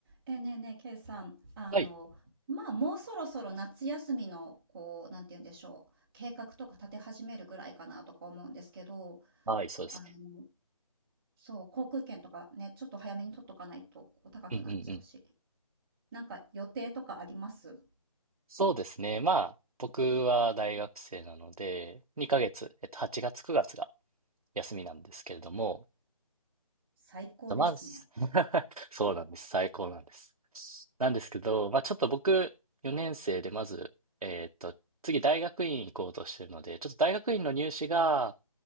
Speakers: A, in the centre; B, on the right.
A: え、ねえねえ、ケイさん、あの、
B: はい。
A: まあ、もうそろそろ夏休みの、こう、なんて言うんでしょう、計画とか立て始めるぐらいかなとか思うんですけど、
B: はい、そうですね。
A: あの、そう、航空券とかね、ちょっと早めに取っとかないと、こう、高くなっちゃうし。
B: うんうんうん。
A: なんか予定とかあります
B: そうですね。まあ、僕は大学生なので、2ヶ月、えっと、8月、9月が休みなんですけれども、
A: 最高ですね。
B: まあ、<laughs> す
A: っ
B: そうなんです。最高なんです。なんですけど、まあ、ちょっと僕、4年生で、まず、えっと、次、大学院行こうとしてるので、ちょっと大学院の入試が